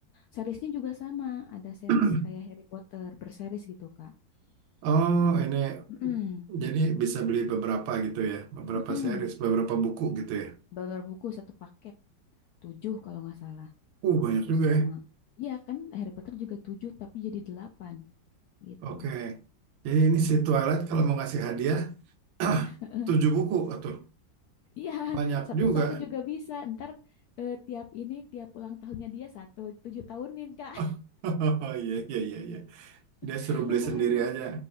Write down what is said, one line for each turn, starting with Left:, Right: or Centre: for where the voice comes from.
Left: Seriesnya juga sama, ada series
Right: <clears throat>
Left: kayak Harry Potter berseries gitu, Kak.
Right: Oh,
Left: Lama.
Right: ini
Left: Mm-mm.
Right: jadi bisa beli beberapa gitu ya, beberapa
Left: Mm-mm.
Right: series, beberapa buku gitu ya.
Left: Babar buku satu paket, tujuh kalau nggak salah.
Right: Uh, banyak
Left: gitu
Right: juga
Left: sama.
Right: ya.
Left: Iya kan Harry Potter juga tujuh tapi jadi delapan gitu.
Right: Oke. Jadi
Left: Iya.
Right: ini si Twilight kalau mau ngasih hadiah <clears throat>
Left: <laughs>
Right: tujuh buku atau
Left: Iya,
Right: banyak
Left: satu-satu
Right: juga.
Left: juga bisa. Ntar eh, tiap ini, tiap ulang tahunnya dia satu, tujuh tahunin, Kak.
Right: <laughs> Oh, Iya iya iya iya. Dia
Left: <laughs>
Right: suruh beli
Left: Lumayan.
Right: sendiri aja.